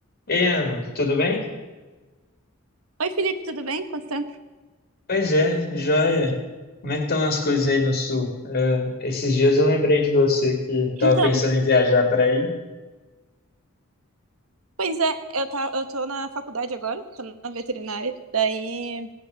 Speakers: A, on the left; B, on the right.
A: Ei, Ana, tudo bem?
B: Oi, Felipe, tudo bem? Quanto tempo?
A: Pois é, joia. Como é que estão as coisas aí no sul? É, esses dias eu lembrei de você que estava
B: Então,
A: pensando em viajar para aí.
B: pois é, eu, tá, eu tô na faculdade agora, tô na veterinária, daí